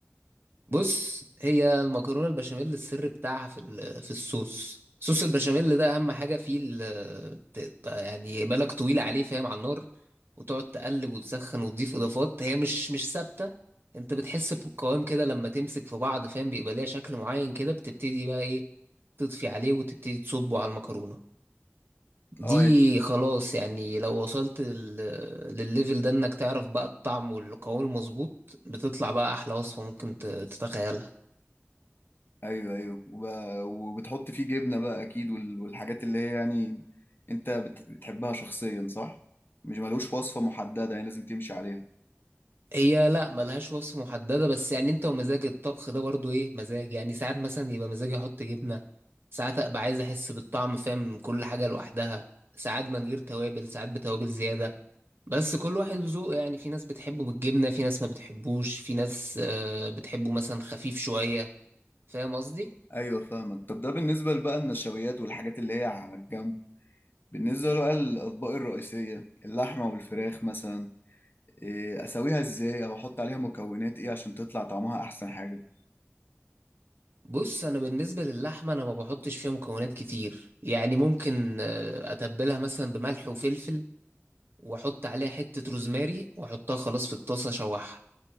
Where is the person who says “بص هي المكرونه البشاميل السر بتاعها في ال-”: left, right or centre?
Right